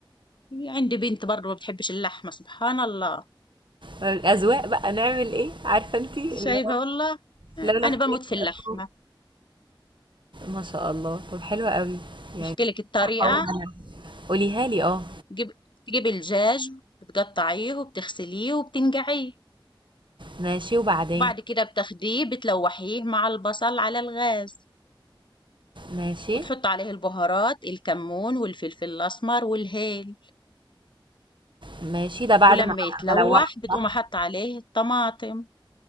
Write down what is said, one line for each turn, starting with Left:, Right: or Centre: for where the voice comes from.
Left: هي عندي بنت برضه ما بتحبش اللحمه سبحان الله
Right: الاذواق بقى نعمل ايه عارفة انتي
Left: شايفه
Right: اللي هو
Left: والله
Right: لولا
Left: انا
Right: اختلاف
Left: بموت في
Right: الأذواق.
Left: اللحمه
Right: ما شاء الله طب حلوة قوي يعني
Left: احكي لك الطريقه
Right: هحاول انا قوليها لي اه
Left: تجيب تجيب الدجاج بتقطعيه وبتغسليه وبتنقعيه
Right: ماشي وبعدين
Left: وبعد كده بتاخديه بتلوحيه مع البصل على الغاز
Right: ماشي،
Left: وتحط عليه البهارات الكمون والفلفل الاسمر والهيل
Right: ماشي، ده بعد
Left: ولما
Right: ما
Left: يتلوح
Right: ما لوحت
Left: بتقوم
Right: صح؟
Left: حط عليه الطماطم